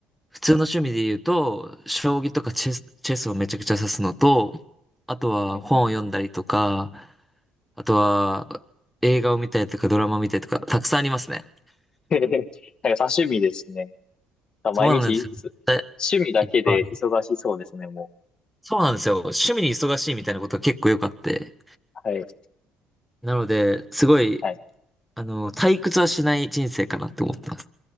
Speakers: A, in the centre; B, on the left.
A: 普通の趣味で言うと、将棋とかチェス、チェスをめちゃくちゃ指すのと、あとは本を読んだりとか、
B: うんうん
A: あとは映画を見たりとかドラマを見たりとか、たくさんありますね。
B: へへへ <laughs> なんか多趣味ですね。毎日いつ、
A: そうなんですよ。
B: 趣味だけで忙しそうですね、
A: いっぱい
B: も
A: そうなんですよ。趣味に忙しいみたいなことが結構よくあって。
B: うはい。
A: なので、すごい、
B: はい。
A: あの、退屈はしない人生かなって思ってます。